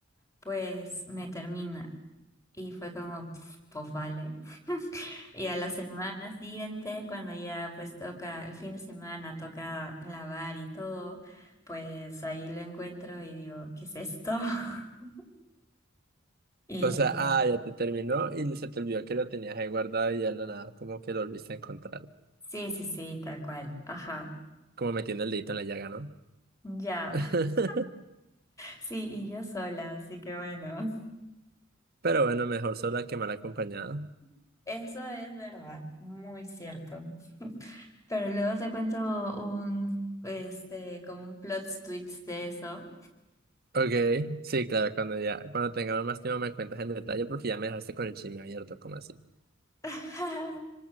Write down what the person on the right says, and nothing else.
O sea, ah, ya te terminó y se te olvidó que lo tenías ahí guardado y ya lo nada, como que lo volviste a encontrar.
Como metiendo el dedito en la llaga, ¿no?
<laughs>
Pero bueno, mejor sola que mal acompañada.
Ok, sí, claro, cuando ya, cuando tengamos más tiempo me cuentas en detalle porque ya me dejaste con el chisme abierto, como así.